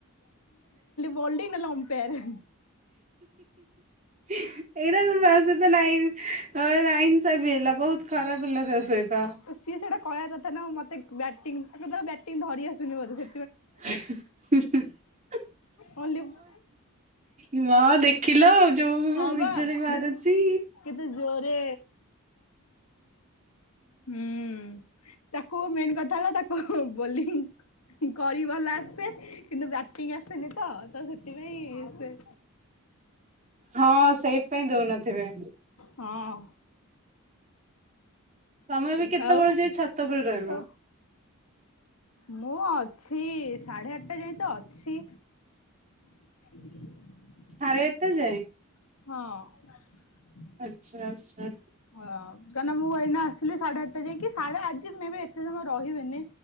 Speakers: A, on the left; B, on the right.
A: ହଲଡି ନଲେ ଅମ୍ପେୟାର୍।
B: ହଁ ଏଇଟା ତ ତା ସହିତ ନାହିଁ ହଁ ଏ ନାଇନସାଫି ହେଲା, ବହୁତ ଖରାପ ହେଲା ତା ସହିତ।
A: ତ ସିଏ ସେଇଟା କହିବା କଥା ନା ମୋତେ ବ୍ୟାଟିଂ ତାକୁ ଧର ବ୍ୟାଟିଂ ଧରି ଆସୁନି ବୋଧେ, ସେ
B: <inaudible>
A: ଭଲିମ୍ୟୁ
B: ଏ ମା ଦେଖିଲ ଯୋଉ
A: ହଁ ବା
B: ବିଜୁଳି
A: କେତେ
B: ମାରୁଚି।
A: କେତେ ଜୋରେ। ହୁଁ, ତାକୁ ମେନ୍ କଥା ହେଲା ତାକୁ ବୋଲିଙ୍ଗ୍ କରି ଭଲ ଆସେ। କିନ୍ତୁ ବ୍ୟାଟିଂ ଆସେନି ତ, ତ ସେଥିପାଇଁ ସେ
B: ହଁ ସେଇଥିପାଇଁ ଦଉନଥିବେ।
A: ହଁ।
B: ତୋମେ ଏବେ କେତେବେଳେ
A: ଆଉ
B: ଯାଏଁ ଛାତ ଉପରେ ରହିବ?
A: ତ ମୁଁ ଅଛି ସାଢେ ଆଟା ଯାଏଁ ତ ଅଛି। <inaudible>
B: ସାଢ଼େ ଆଟା ଯାଏଁ?
A: ହଁ।
B: ଆଚ୍ଛା, ଆଚ୍ଛା।
A: ହଁ କାହିଁକିନା ମୁଁ ଏଇନା ଆସିଲି ସାଢେ ଆଟା ଯାଏଁକି, ସାଢେ ଆଜି ମେ ବି ଏତେ ସମୟ ରହିବିନି।